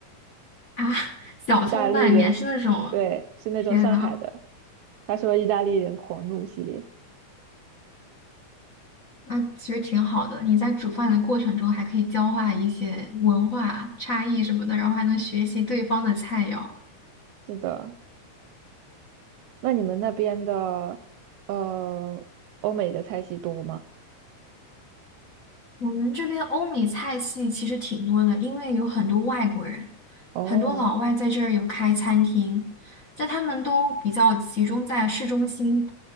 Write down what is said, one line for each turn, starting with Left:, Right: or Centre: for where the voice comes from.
Left: 啊，
Right: <laughs>
Left: 小葱拌面是那种，
Right: 意大利人，对，是那种上海的，
Left: 天呐，
Right: 他说意大利人狂怒系列，
Left: 那其实挺好的。你在煮饭的过程中还可以交换一些文化差异什么的，然后还能学习对方的菜肴。
Right: 是的。那你们那边的呃欧美的菜系多吗？
Left: 我们这边欧美菜系其实挺多的，因为有很多外国人，
Right: 哦，
Left: 很多老外在这儿有开餐厅，但他们都比较集中在市中心。